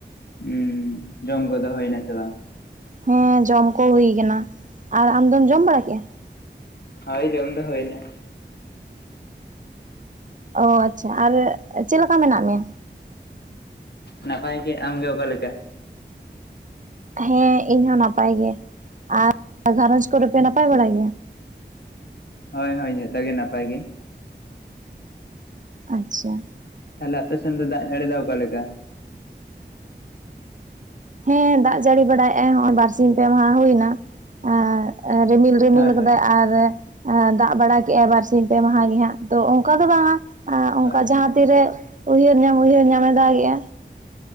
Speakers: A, on the left; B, on the right.
A: ᱦᱩᱸ ᱡᱚᱢ ᱠᱚᱫᱚ ᱦᱩᱭᱱᱟ ᱥᱮ ᱵᱟᱝ?
B: ᱦᱮᱸ ᱡᱚᱢ ᱠᱚ ᱦᱩᱭ ᱠᱟᱱᱟ ᱟᱨ ᱟᱢᱫᱚᱢ ᱡᱚᱢ ᱵᱟᱲᱟ ᱠᱮᱜᱼᱟ᱾
A: ᱦᱳᱭ ᱡᱚᱢ ᱫᱚ ᱦᱩᱭᱱᱟ᱾
B: ᱚ ᱟᱪᱪᱷᱟ ᱟᱨ ᱪᱮᱫ ᱞᱮᱠᱟ ᱢᱮᱱᱟᱜ ᱢᱮᱭᱟ?
A: ᱱᱟᱯᱟᱭ ᱜᱮ᱾ ᱟᱢᱜᱮ ᱚᱠᱟ ᱞᱮᱠᱟ?
B: ᱦᱮᱸ ᱤᱧᱦᱚ ᱱᱟᱯᱟᱭ ᱜᱮ᱾ ᱟᱨ ᱜᱷᱟᱨᱚᱸᱡᱽ ᱠᱚᱨᱮᱯᱮ
A: ᱟᱪᱪᱷᱟ
B: ᱱᱟᱯᱟᱭ ᱵᱟᱲᱟ ᱜᱮᱭᱟ?
A: ᱦᱳᱭ ᱦᱳᱭ ᱡᱷᱚᱛᱚ ᱜᱮ ᱱᱟᱯᱟᱭ ᱜᱮ᱾
B: ᱟᱪᱪᱷᱟ
A: ᱛᱟᱦᱞᱮ ᱟᱯᱮ ᱥᱮᱱ ᱫᱚ ᱫᱟᱜ ᱡᱟᱹᱲᱤ ᱫᱚ ᱚᱠᱟᱞᱮᱠᱟ?
B: ᱦᱮᱸ ᱫᱟᱜ ᱡᱟᱹᱲᱤ ᱵᱟᱲᱟᱭᱮᱜᱟᱭ ᱱᱚᱜᱚᱭ ᱵᱟᱨᱥᱤᱧ ᱯᱮ ᱢᱟᱦᱟ ᱦᱩᱭᱱᱟ ᱮ ᱨᱤᱢᱤᱞ ᱨᱤᱢᱤᱞ
A: ᱦᱳᱭ
B: ᱟᱠᱟᱫᱟᱭ
A: ᱦᱳᱭ
B: ᱟᱨ ᱫᱟᱜ ᱵᱟᱲᱟ ᱠᱮᱜᱼᱟᱭ ᱵᱟᱨ ᱥᱤᱧ ᱯᱮ ᱢᱟᱦᱟ ᱜᱮ ᱦᱟᱸᱜ ᱛᱚ ᱚᱱᱠᱟ ᱫᱚ ᱵᱟᱝᱟ ᱚᱱᱠᱟ
A: ᱦᱳᱭ ᱦᱳᱭ
B: ᱡᱟᱦᱟᱸ ᱛᱤᱨᱮ ᱩᱭᱦᱟᱹᱨ ᱧᱟᱢ ᱩᱭᱦᱟᱹᱨ ᱧᱟᱢᱮ ᱫᱟᱜᱮᱼᱟ᱾